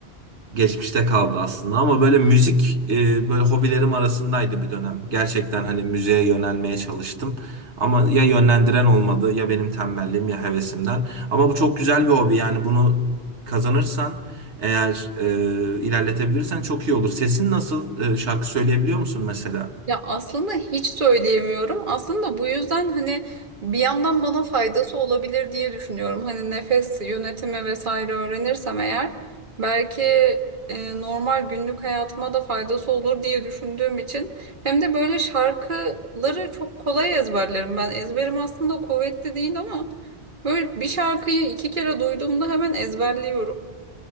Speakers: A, on the right; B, on the right.
A: geçmişte kaldı aslında ama böyle müzik e, böyle hobilerim arasındaydı bir dönem. Gerçekten hani müziğe yönelmeye çalıştım. Ama ya yönlendiren olmadı ya benim tembelliğim ya hevesimden. Ama bu çok güzel bir hobi yani bunu kazanırsan eğer e, ilerletebilirsen çok iyi olur. Sesin nasıl? E, şarkı söyleyebiliyor musun mesela?
B: Ya aslında hiç söyleyemiyorum. Aslında bu yüzden hani bir yandan bana faydası olabilir diye düşünüyorum. Hani nefes yönetimi vesaire öğrenirsem eğer belki e, normal günlük hayatıma da faydası olur diye düşündüğüm için hem de böyle şarkıları çok kolay ezberlerim ben. Ezberim aslında kuvvetli değil ama böyle bir şarkıyı iki kere duyduğumda hemen ezberliyorum.